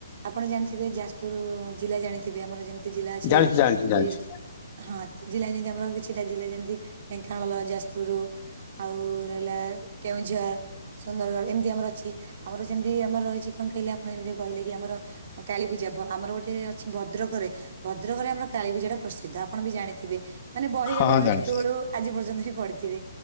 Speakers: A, on the right; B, on the left.
A: ଆପଣ ଜାଣିଥିବେ ଯାଜପୁର ଜିଲ୍ଲା ଜାଣିଥିବେ ଆମର ଯେମିତି ଜିଲ୍ଲା ଅଛି
B: ଜାଣିଛି ଜାଣିଛି
A: ତିରିଶିଟି
B: ଜାଣିଛି।
A: ହଁ ଜିଲ୍ଲା ଯେମିତି ଆମର କିଛିଟା ଜିଲ୍ଲା ଯେମିତି ଢେଙ୍କାନଳ ଗଲା ଯାଜପୁର ଆଉ ରହିଲା କେଉଁଝର ସୁନ୍ଦରଗଡ଼ ଏମିତି ଆମର ଅଛି ଆମର ସେମିତି ଆମର ରହିଛଚି କଣ କହିଲେ ଆପଣ ଯେମିତି କହିଲେ କି ଆମର କାଳୀପୂଜା ଭ ଆମର ଗୋଟେ ଅଛି ଭଦ୍ରକରେ। ଭଦ୍ରକରେ ଆମର କାଳୀପୂଜା ଟା ପ୍ରସିଦ୍ଧ ଆପଣ ବି ଜାଣିଥିବେ। ମାନେ ବହିରେ
B: ହଁ
A: ବି ଆପଣ
B: ଜାଣିଛି
A: ଛୋଟବଳୁ ଆଜି ପର୍ଯ୍ୟନ୍ତ ବି ପଡିିଥିବେ